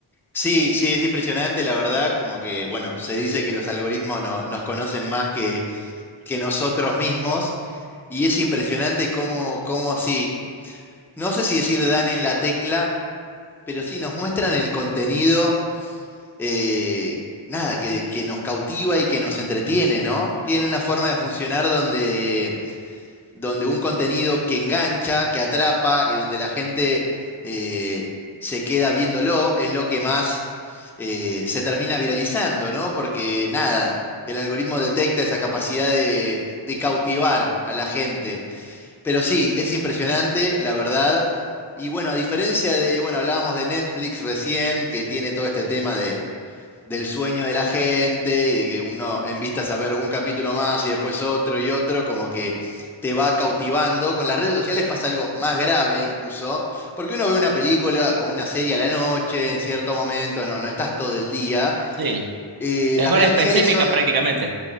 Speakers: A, in the centre; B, on the right.
A: sí, sí, es impresionante, la verdad, como que, bueno, se dice que los algoritmos no- nos conocen más que, que nosotros mismos, y es impresionante cómo, cómo así, no sé si decir dan en la tecla, pero sí nos muestran el contenido, eh, nada, que, que nos cautiva y que nos entretiene, ¿no? Tiene una forma de funcionar donde... donde un contenido que engancha, que atrapa y donde la gente eh, se queda viéndolo es lo que más eh, se termina viralizando, ¿no? Porque nada, el algoritmo detecta esa capacidad de, de cautivar a la gente. Pero sí, es impresionante, la verdad. Y bueno, a diferencia de, bueno, hablábamos de Netflix recién, que tiene todo este tema de del sueño de la gente y de que uno en vistas a ver un capítulo más y después otro y otro, como que te va cautivando. Con las redes sociales pasa algo más grave incluso, porque uno ve una película o una serie a la noche en ciertos momentos, no, no estás todo el día.
B: Sí,
A: Eh,
B: es
A: las
B: hora
A: redes
B: específica
A: sociales son,
B: prácticamente.